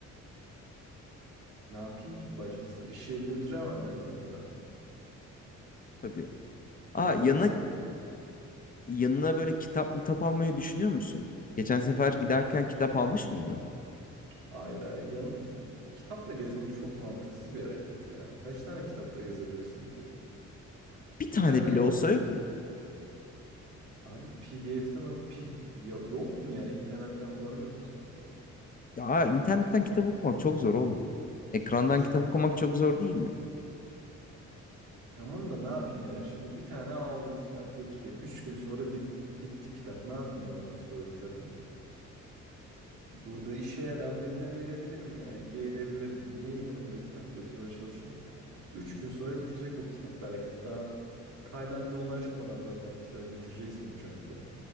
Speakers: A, on the right; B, on the left.
A: Ne yapayım ki başkasına? Işığı götüremem yanımda.
B: Tabii. Aa
A: Duvar
B: yanına
A: alısı.
B: yanına böyle kitap kitap almayı düşünüyor musun? Geçen sefer
A: Ha-
B: giderken kitap almış mıydı?
A: Hayır hayır. Yan... Kitapla gezmek çok mantıksız bir hareket ya. Kaç tane kitapla gezebilirsin ki?
B: Bir tane
A: Bir tane
B: bile olsa yok mu?
A: abi PDF'den ok P... ya- yok mu yani internetten bulamıyor musun kitap?
B: Ya internetten kitap okumak çok zor oğlum. Ekrandan
A: E, fizik
B: kitap okumak çok zor değil mi?
A: Ki Tamam da ne yapayım yani? Şimdi bir tane aldım kitap götüreyim. Üç gün sonra bit- bitti kitap. Ne yapayım ondan sonra o kitabı? Burada işe yarayan birine verebilirim yani hediye edebilirim. Niye yanımda kitap götürmeye çalışıyorum ki? Bir- Üç gün sonra bitecek o kitap belki daha Tayland'a ulaşmadan zaten kitabı bitireceksin uçakta.